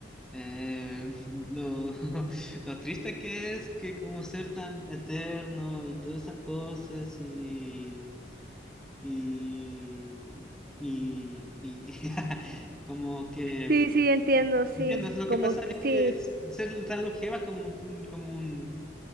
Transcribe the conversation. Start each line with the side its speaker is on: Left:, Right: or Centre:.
Centre: eh, lo, <laughs> lo triste que es que como ser tan eterno y todas esas cosas y, y, y, y <laughs> como que...
Right: Sí, sí, entiendo, sí,
Centre: Entiendo, lo
Right: como
Centre: que pasa
Right: que
Centre: es
Right: sí.
Centre: que es- ser tan longeva como un, como un,